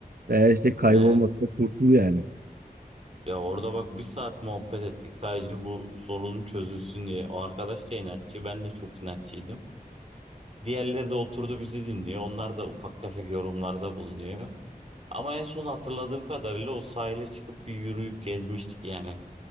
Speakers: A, on the right; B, on the right.
A: Veya işte kaybolmakta
B: Ne?
A: kurtul yani.
B: Ya orada bak bir saat muhabbet ettik sadece bu sorunun çözülsün diye. O arkadaş da inatçı, ben de çok inatçıydım. Diğerleri de oturdu bizi dinliyor. Onlar da ufak tefek yorumlarda bulunuyor. Ama en son hatırladığım kadarıyla o sahile çıkıp bir yürüyüp gezmiştik yani.